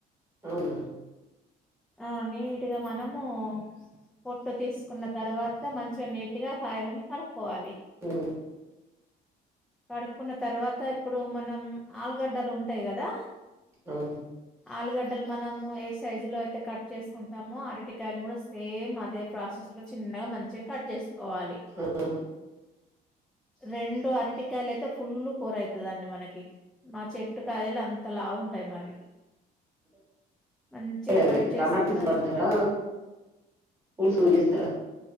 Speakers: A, on the right (about 15°); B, in the centre.
A: అవునా
B: ఆ నీటుగా మనము పొట్టు తీసుకున్న తర్వాత మంచిగా నీటిగా కాయల్ని కడు కోవాలి
A: ఉమ్
B: కడుకున్న తర్వాత ఇప్పుడు మనం ఆలుగడ్డలు ఉంటాయి కదా
A: అవును
B: ఆలుగడ్డలు మనము ఏ సైజు లో అయితే కట్ చేసుకుంటామో అరటికాయలు కూడా సేమ్ అదే ప్రాసెస్ లో చిన్నగా మంచిగా కట్ చేసు కోవాలి
A: ఆ
B: రెండు అరటి కాయలైతే ఫుల్లు కూర అయిత్ లంటి మనకి మా చెట్టు కాయలు అంత లావు ఉంటాయి మరి మంచిగా
A: అదే అది
B: కట్ చేసుకున్న
A: టమాటా తీసి పడతారా పులుసు ఎస్తారా